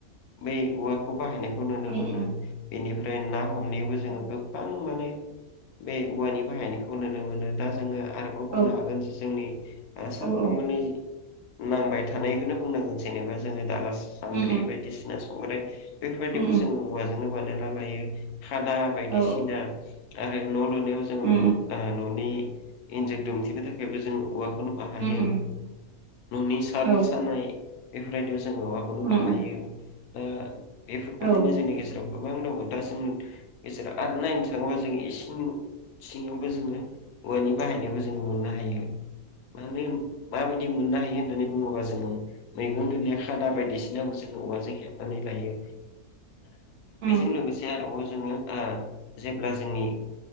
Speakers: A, on the left; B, on the right.
A: बै औवाखौ बाहायनायखौ नुनो
B: उम
A: मोनो
B: उम
A: बेनिफ्राय ना हमनायावबो जोङो
B: औ
A: गोबां माने बे औवानि बाहायनायखौ नुनो मोनो दा जोङो आरोबाव बुंनो
B: औ
A: हागोन जे जोंनि सानफ्रोमबोनि
B: औ औ
A: नांबाय थानायखौनो बुंनांगोन जेनेबा जोङो दाला सान्द्रि
B: उम
A: बायदिसिना संग्राय बेफोरबायदिबो
B: उम
A: जोङो औवाजोंनो बानायना लायो खादा बायदिसिना
B: औ
A: आरो न' लुनायाव जोङो
B: उम
A: ओ न'नि इन्जुर दुमथेनो थाखाय औवाखौनो बाहायो
B: उम
A: न'नि साल
B: औ
A: सानाय बेफोरबायदियाव जों माबाखौनो
B: उम
A: बाहायो
B: उम औ उम
A: ओ बेफोरबायदिनो
B: औ उम
A: जोंनि गेजेराव गोबां दङ दा जों गेजेराव आरो नायनो थाङोबा जों इसिं सिंङावबो जोङो औवानि बाहायनायबो जोङो मोननो हायो मानो माबायदि मोननो हायो होननानै बुङोबा जोङो मैगं दोननाय खादा बायदिसिनाखौ जोङो औवाजों हे -नानै लायो
B: उम
A: बेजों लोगोसे आरोबाव जोङो ओ जेब्ला जोंनि